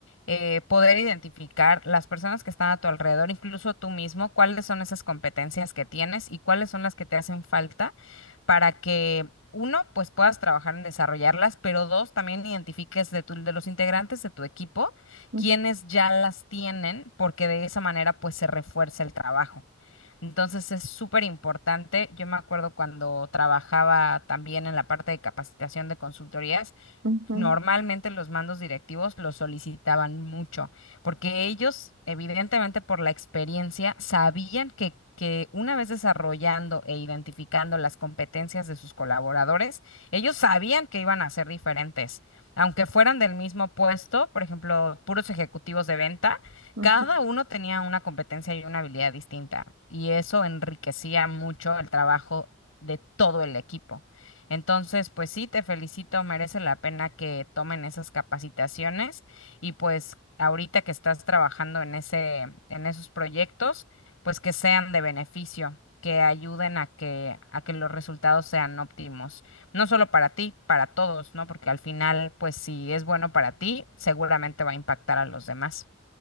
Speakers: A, on the left; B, on the right.
A: eh, poder identificar las personas que están a tu alrededor, incluso tú mismo, cuáles son esas competencias que tienes y cuáles son las que te hacen falta para que uno, pues puedas trabajar en desarrollarlas, pero dos, también identifiques de tu- de los integrantes de tu equipo
B: Ujú,
A: quienes ya las tienen, porque de esa manera pues se refuerza el trabajo. Entonces es súper importante. Yo me acuerdo cuando trabajaba también en la parte de capacitación de consultorías,
B: ujú,
A: Normalmente los mandos directivos los solicitaban mucho, porque ellos, evidentemente por la experiencia, sabían que, que una vez desarrollando e identificando las competencias de sus colaboradores, ellos sabían que iban a ser diferentes. Aunque fueran del mismo puesto, por ejemplo, puros ejecutivos de venta,
B: ujú.
A: cada uno tenía una competencia y una habilidad distinta, y eso enriquecía mucho el trabajo de todo el equipo. Entonces, pues sí, te felicito, merece la pena que tomen esas capacitaciones y pues ahorita que estás trabajando en ese, en esos proyectos, pues que sean de beneficio, que ayuden a que, a que los resultados sean óptimos, no solo para ti, para todos, ¿no? Porque al final, pues si es bueno para ti, seguramente va a impactar a los demás.